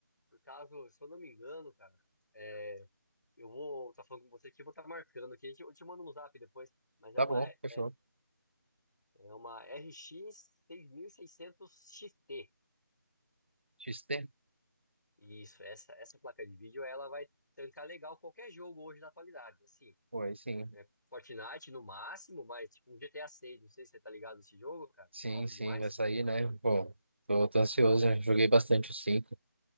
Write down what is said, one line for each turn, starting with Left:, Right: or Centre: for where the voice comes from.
Left: No caso, se eu não me engano, cara, é, eu vou estar falando com você aqui, eu vou estar marcando aqui. Eu te eu te mando no zap depois, mas é
Right: Tá
Left: uma
Right: bom,
Left: é,
Right: fechou.
Left: É uma RX 6600 XT.
Right: XT?
Left: Isso, essa, essa placa de vídeo ela vai tancar legal qualquer jogo hoje na atualidade, assim,
Right: Pô, aí sim.
Left: né? Fortnite no máximo, mas tipo um GTA 6, não sei se você tá ligado nesse jogo, cara.
Right: Sim,
Left: Top
Right: sim,
Left: demais.
Right: vai sair, né? Pô, tô, tô ansioso,
Left: Vai.
Right: né? Joguei bastante o cinco